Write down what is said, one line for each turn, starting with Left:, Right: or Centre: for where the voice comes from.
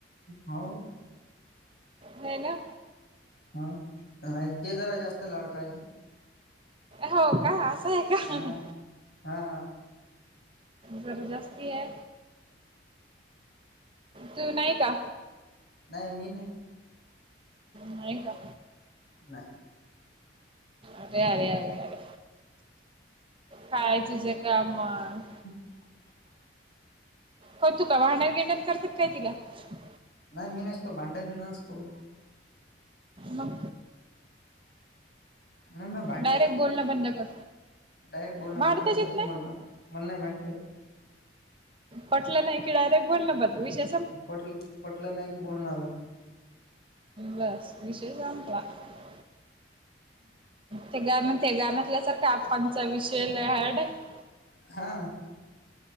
Left: हो
Right: ह ना
Left: हा ते जरा जास्त लाडक आहे
Right: हो का असं आहे का
Left: हा हा
Right: जर जास्ती ह तू नाही का
Left: नाही मी नाही
Right: नाही का
Left: नाही
Right: अरे यारे यारे यारे काय तुझं काम मग
Left: ह
Right: काऊन तु काय भांडण बिंदान करतो का काय तिला काय तिला
Left: नाही मी नसतो भांडण नसतो
Right: मग
Left: नाही म भांडाचेत
Right: डायरेक्ट बोलणं
Left: नाही
Right: बंद कर
Left: डायरेक्ट बोलणं
Right: भांडताच
Left: बंद करत
Right: येत
Left: असतो मला नाही भांडता येत मला नाही भांडता येत
Right: पटलं नाही की डयरेट बोल ना ब विशे <unintelligible>
Left: पटलं पटलं नाही कि बोलण बंद <unintelligible>
Right: बस विशय संपला <unintelligible> ते गाण त्या गाण्यातल्या सारखा आपांचा विषयल हार्ड हाय <unintelligible>
Left: हा <unintelligible>